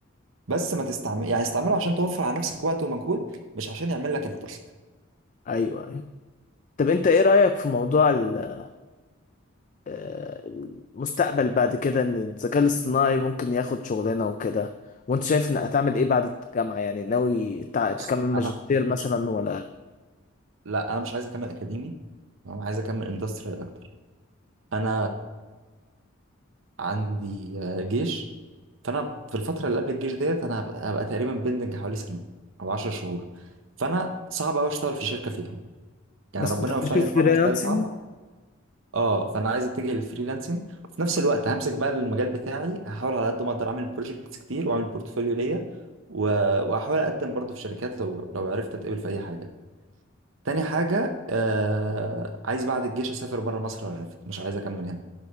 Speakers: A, on the right; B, on the left.
A: بس ما تستعمل يعني استعمله عشان توفر على نفسك وقت ومجهود مش عشان يعمل لك التاسك
B: ايوه ايوه طب انت ايه
A: بس
B: رايك في موضوع ال- آه، المستقبل بعد كده ان الذكاء الاصطناعي ممكن ياخد شغلنا وكده وانت شايف انك هتعمل ايه بعد الجامعه يعني ناوي تع- تكمل
A: بس
B: ماجستير
A: انا عندي
B: مثلا
A: بيج
B: ولا
A: لا انا مش عايز اكمل اكاديمي انا عايز اكمل اندستريال اكتر انا عندي آه، جيش فانا في الفتره اللي قبل الجيش ديت انا هبقى, هبقى تقريبا بندنج حوالي سنه او 10 شهور فانا صعب قوي اشتغل في شركه فيهم يعني
B: بس
A: ربنا
B: تشوف
A: وفقني طبعا
B: فريلانسنج
A: بس تعب. اه فانا عايز اتجه للفريلانسنج وفي نفس الوقت همسك بقى المجال بتاعي هحاول على قد ما اقدر اعمل بروجكتس كتير واعمل بورتفوليو ليا و- وهحاول اقدم برضه في شركات لو لو عرفت اتقبل في اي حاجه تاني حاجه آه عايز بعد الجيش اسافر بره مصر لو عرفت مش عايز اكمل هنا